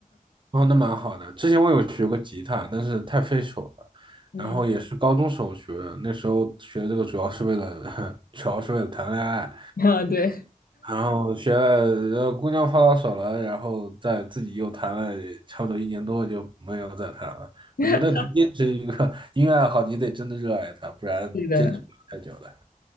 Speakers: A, on the right; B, on the left.
A: 哦，那蛮好的。之前我有学过吉他，但是太费手了，
B: <laughs> 嗯，
A: 然后也是高中时候学的。那时候学这个主要是为了，<laughs> 主要是为了谈恋爱。
B: 啊，对，
A: 然后学了，呃，姑娘泡到手了，然后再自己又谈了差不多一年多，就没有再谈了。
B: <laughs>
A: 我觉得能坚持一个 <laughs> 音乐爱好，你得真的热爱它，不然坚持不了太久的。
B: 是的，